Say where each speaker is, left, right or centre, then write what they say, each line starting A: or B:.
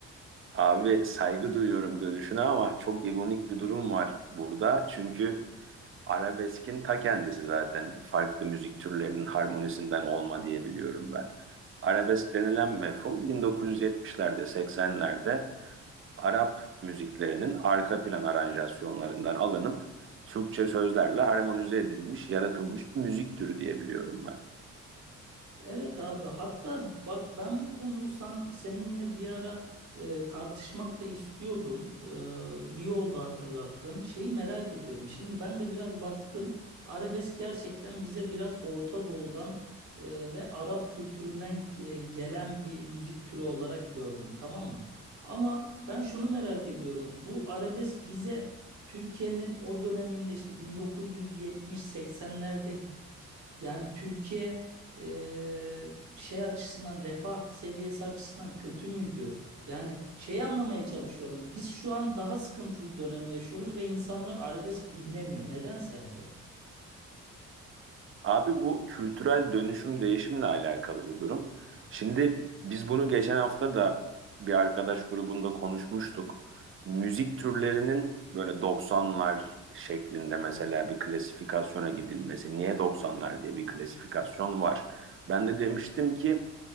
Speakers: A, on the right; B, on the right.
A: Abi saygı duyuyorum görüşüne ama çok ironik bir durum var burada. Çünkü arabeskin ta kendisi zaten farklı müzik türlerinin harmonisinden olma diye biliyorum ben. Arabesk denilen mefhum 1970'lerde, 80'lerde Arap müziklerinin arka plan aranjasyonlarından alınıp Türkçe sözlerle harmonize edilmiş, yaratılmış bir müzik türü diyebiliyorum ben.
B: Evet abi hatta bak ben bu konuyu sen, seninle bir ara e, tartışmak da istiyordum. E, iyi oldu hatırlattın. Şeyi merak ediyorum. Şimdi ben de biraz baktım. Arabesk gerçekten bize biraz Orta Doğu'dan e, ve Arap kültüründen e, gelen bir müzik türü olarak gördüm tamam mı? Ama ben şunu merak ediyorum. Bu arabesk bize Türkiye'nin o döneminde işte 1970-80'lerde yani Türkiye e, şey açısından refah seviyesi açısından kötü müydü? Yani şeyi anlamaya çalışıyorum. Biz şu an daha sıkıntılı dönem yaşıyoruz ve insanlar arabesk dinlemiyor. Neden sence?
A: Abi bu kültürel dönüşüm değişimle alakalı bir durum. Şimdi biz bunu geçen hafta da bir arkadaş grubunda konuşmuştuk. Müzik türlerinin böyle 90'lar şeklinde mesela bir klasifikasyona gidilmesi. Niye 90'lar diye bir klasifikasyon var? Ben de demiştim ki